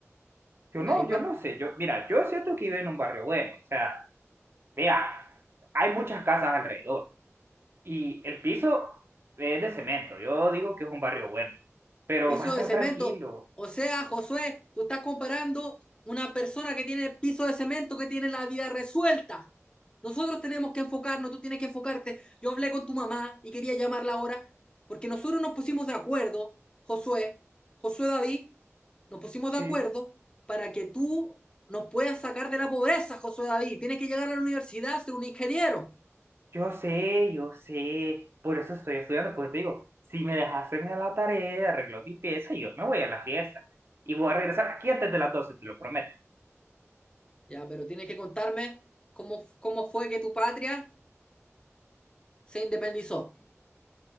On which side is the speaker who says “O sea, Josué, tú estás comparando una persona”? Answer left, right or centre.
Left